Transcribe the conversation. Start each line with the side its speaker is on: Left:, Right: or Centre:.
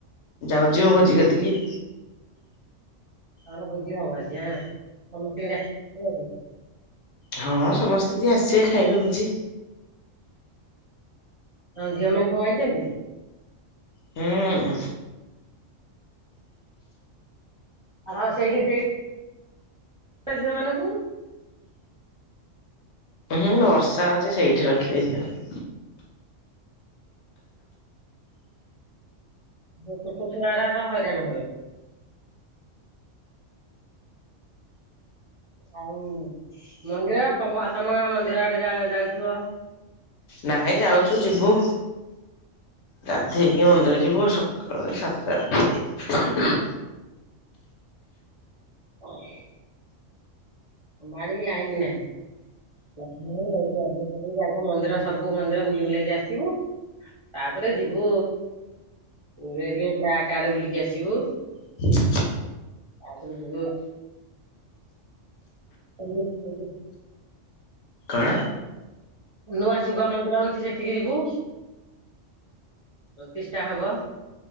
Left: ଯାଉଚି ଯିବୁ ଭୋଜି କତିକି।
Right: ତମ ଭୋଜି ହବ ଆଜି ଆଁ, ସମସ୍ତଙ୍କି ଡାକିଥିଲ କି?
Left: ହଁ ସମସ୍ତେ ଯିଏ ଆସିବେ, ଖାଇବେ ଭୋଜି।
Right: ତମ ଝିଅ ମାନେ ସବୁ ଆଇଚନ୍ତି?
Left: ହୁଁ
Right: ଆ ହଁ ସେଇଠି ସେଇ ଝିଅ ମାନଙ୍କୁ
Left: ହୁଁ, ବର୍ଷା ହଉଛି ସେଇଠି ରଖିବେ ଝିଅ ମାନଙ୍କୁ।
Right: ସେଇ ଛୋଟଛୁଆ ଗୁରାକ ହଇରାଣ ହେବେ। ଆଉ, ମନ୍ଦିର, ତମ, ତମ ଗାଁ ମନ୍ଦିର ଆଡେ ଯାଉଥିବ?
Left: ନାଇଁ, ଯାଉଚୁ ଯିବୁ। ଗାଧୋଇକି ମନ୍ଦିର ଯିବୁ, ସକାଳ ସାତଟା ବ ଯାଇ
Right: <unintelligible> ଆମ ଆଡେ ବି ଲାଇନ ନାହିଁ। ଯାଉନୁ ଆଗେ ଗାଧେଇ ପାଧେଇକି ଆଗ ମନ୍ଦିର ସବୁ ମନ୍ଦିର ବୁଲି ବୁଲାକି ଆସିବୁ ତାପରେ ଯିବୁ, ରେଲୱେ ଟ୍ରାକ୍ ଆଡେ ବୁଲିକି ଆସିବୁ।
Left: <unintelligible>
Right: ତାପରେ ଯିବୁ <unintelligible>
Left: କଣ
Right: ନୂଆ ଶିବ ମନ୍ଦିର ହଉଚି, ସେଠିକି ଯିବୁ। ପ୍ରତିଷ୍ଠା ହବ।